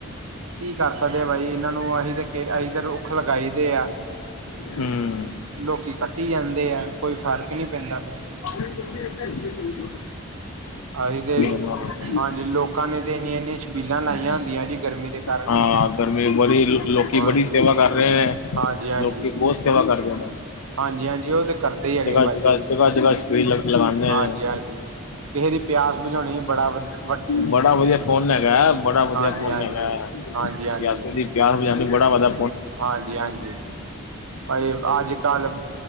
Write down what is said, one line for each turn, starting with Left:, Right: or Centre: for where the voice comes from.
Right: ਕੀ ਕਰ ਸਕਦੇ ਬਾਈ ਇਹਨਾਂ ਨੂੰ ਅਸੀਂ ਤਾਂ ਅਸੀਂ ਤਾਂ ਰੁੱਖ ਲਗਾਈ ਦੇ ਆ
Left: ਹੂੰ
Right: ਲੋਕੀ ਕੱਟੀ ਹੀ ਜਾਂਦੇ ਆ ਕੋਈ ਫਰਕ ਨਹੀਂ ਪੈਂਦਾ ਫ
Left: ਹ ਕੋ <unintelligible>
Right: ਅਸੀ ਤੇ,
Left: ਕਰਨਾ
Right: ਹਾਂ ਹਾਂਜੀ ਲੋਕਾਂ ਨੇ ਤੇ ਇੰਨੀਆਂ- ਇੰਨੀਆਂ ਛਬੀਲਾਂ ਲਾਈਆਂ ਹੁੰਦੀਆਂ ਜੀ ਗਰਮੀ ਦੇ ਕਾਰਨ
Left: ਹਾਂ ਗਰਮੀ ਬੜੀ ਲੋਕੀ
Right: ਹਾਂਜੀ
Left: ਬੜੀ ਸੇਵਾ ਕਰ ਰਹੇ ਹੈ,
Right: ਹਾਂਜੀ ਹਾਂਜੀ
Left: ਲੋਕੀ ਬਹੁਤ ਸੇਵਾ ਕਰਦੇ ਨੇ
Right: ਹਾਂਜੀ- ਹਾਂਜੀ ਉਹ ਤੇ ਕਰਦੇ ਹੀ ਹੈਗੇ
Left: ਜਗ੍ਹਾ
Right: ਭਾਜੀ,
Left: ਜਗ੍ਹਾ ਜਗ੍ਹਾ ਜਗ੍ਹਾ ਸਪੀਡ ਲਗਾਉਂਦੇ
Right: ਹਾਂਜੀ-
Left: ਨੇ
Right: ਹਾਂਜੀ। ਕਿਸੇ ਦੀ ਪਿਆਸ ਬੁਝਾਉਣੀ ਬੜਾ ਵਧੀਆ
Left: ਬੜਾ ਵਧੀਆ ਪੁੰਨ ਹੈਗਾ, ਬੜਾ ਵਧੀਆ
Right: ਹਾਂਜੀ
Left: ਪੁੰਨ
Right: ਹਾਂਜੀ
Left: ਹੈਗਾ,
Right: ਹਾਂਜੀ ਹਾਂਜੀ
Left: ਪਿਆਸੇ ਦੀ ਪਿਆਸ ਬੁਝਾਉਣੀ ਬੜਾ ਵਧੀਆ
Right: ਹਾਂਜੀ- ਹਾਂਜੀ। ਭਾਈ, ਅੱਜ -ਕੱਲ੍ਹ